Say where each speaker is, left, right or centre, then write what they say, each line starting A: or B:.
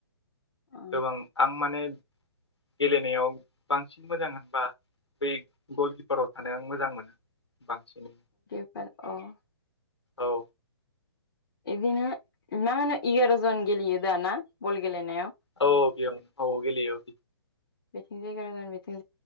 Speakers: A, on the left; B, on the left.
A: अ
B: गोबां आं माने। गेलेनायाव बांसिन मोजां होनबा। बै गलकिपाराव थानायानो मोजां मोनो बांसिनैनो
A: आरो अ।
B: औ।
A: बिदिनो मा होनो एगार' जन गेलेयो दा ना बल गेलेनायाव।
B: औ बे औ गेलेयो।
A: बेटिं <unintelligible> बेटिं